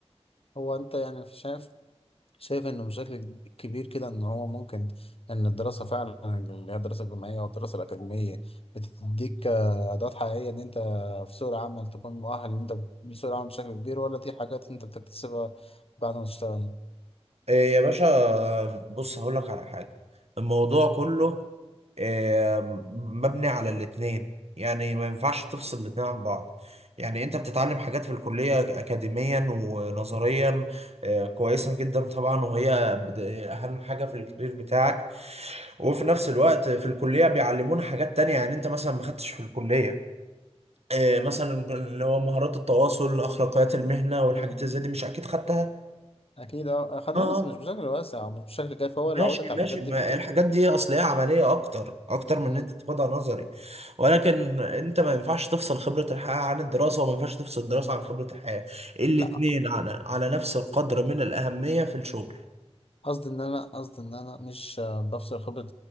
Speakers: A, on the left; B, on the right.
A: هو انت يعني شايف شايف انه بشكل كبير كده ان هو ممكن ان الدراسه فعلا اللي هي الدراسه الجامعيه والدراسه الاكاديميه بتديك آه، ادوات حقيقيه ان انت في سوق العمل تكون مؤهل ان انت لسوق العمل بشكل كبير ولا دي حاجات انت بتكتسبها بعد ما تشتغل
B: إيه يا باشا بص هقول لك على حاجة الموضوع كله إيه، مبني على الاتنين يعني ما ينفعش تفصل الاتنين عن بعض يعني انت بتتعلم حاجات في الكلية اكاديميا ونظريا إيه، كويسة جدا طبعا وهي بد- اهم حاجة في الكارير بتاعك وفي نفس الوقت في الكلية بيعلمونا حاجات تانية يعني انت مثلا ما خدتش في الكلية إيه، مثلا اللي هو مهارات التواصل اخلاقيات المهنة والحاجات
A: مم.
B: اللي زي دي مش اكيد خدتها
A: اكيد اه اخدناه
B: اه آه.
A: بس مش بشكل واسع أو مش بشكل كافي هو
B: ماشي
A: اللي عودك
B: ماشي
A: على الحاجات دي
B: ما
A: فكره
B: الحاجات دي اصل هي عمليه اكتر اكتر من
A: مم.
B: ان انت تاخدها نظري ولكن انت ما ينفعش تفصل خبره الحياه عن الدراسه وما ينفعش تفصل الدراسه عن خبره الحياه الاتنين
A: لا
B: على على نفس القدر من الاهميه في الشغل
A: قصدي ان انا قصدي ان انا مش آه، بفصل خبرة